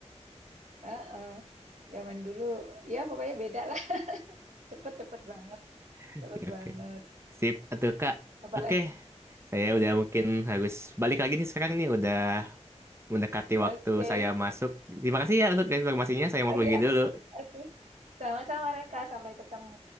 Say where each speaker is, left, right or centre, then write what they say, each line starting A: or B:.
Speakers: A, on the right (about 80°); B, on the right (about 20°).
A: <laughs> heeh. Zaman dulu ya pokoknya beda lah. <laughs> Cepet-cepet banget.
B: Ya,
A: Cepet
B: Oke.
A: banget.
B: Sip, atau Kak.
A: Apalagi.
B: Oke. Saya
A: <laughs> Heeh.
B: udah mungkin harus balik lagi nih sekarang nih udah mendekati
A: Oke.
B: waktu saya masuk. Terima kasih ya untuk informasinya. Saya mau
A: Oh
B: pergi
A: iya,
B: dulu.
A: oke. Sama-sama Reka, sampai ketemu.